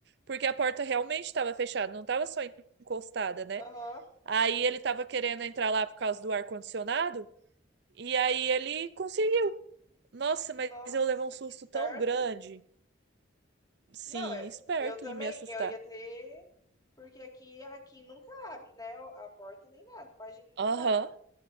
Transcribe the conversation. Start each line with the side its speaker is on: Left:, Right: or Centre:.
Right: porque a porta realmente estava fechada, não estava só encostada, né?
Left: Aham.
Right: Aí ele estava querendo entrar lá por causa do ar-condicionado, e aí ele conseguiu. Nossa,
Left: Nossa,
Right: mas eu levei um susto
Left: que esperto.
Right: tão grande. Sim,
Left: Não, eu,
Right: esperto
Left: eu também,
Right: em me assustar.
Left: eu ia ter, porque aqui, aqui nunca abre, né? A porta nem nada. Imagina, do
Right: Aham.
Left: nada.